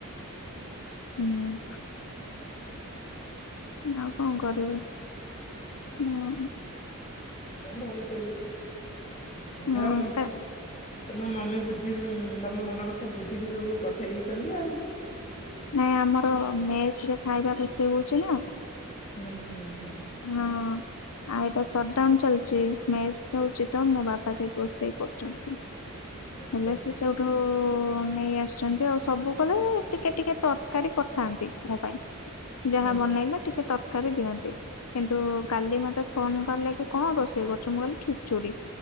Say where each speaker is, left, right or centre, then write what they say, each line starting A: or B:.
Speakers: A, on the left; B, on the left.
A: ହୁଁ। ଆଉ କଣ କରିବି? ହୁଁ
B: ହୁଁ ଭଲ କଲୁ।
A: ହଁ
B: ଯଉ
A: କା
B: ଏ ମୋ ମମି ବୁଝ୍ ତମ ମନ କଥା ବୁଝିକି ସବୁ ପଠେଇ ଦେଇଛନ୍ତି ଆଉ।
A: ନାଇଁ ଆମର ମେସରେ ଖାଇବା ରୋଷେଇ ହଉଛି ନା।
B: ହୁଁ ହୁଁ ହୁଁ
A: ହଁ। ଆଉ ଏବେ ସଟଡାଉନ ଚାଲିଚି। ମେସ ହଉଛି ତ ମୋ ବାପା ସେଇଠି ରୋଷେଇ କରୁଛନ୍ତି।
B: ଆଚ୍ଛା
A: ହେଲେ ସେ ସେଉଠୁ ନେଇ ଆସିଛନ୍ତି ଆଉ। ସବୁବେଳେ ଟିକେ ଟିକେ ତରକାରୀ ପଠାନ୍ତି ମୋ ପାଇଁ। ଯାହା
B: ଓହୋ
A: ବନେଇଲେ ଟିକେ ତରକାରୀ ଦିଅନ୍ତି। କିନ୍ତୁ କାଲି ମତେ ଫୋନ କଲେ କି କଣ ରୋଷେଇ କରିଚୁ? ମୁଁ କହିଲି ଖିଚୁଡି।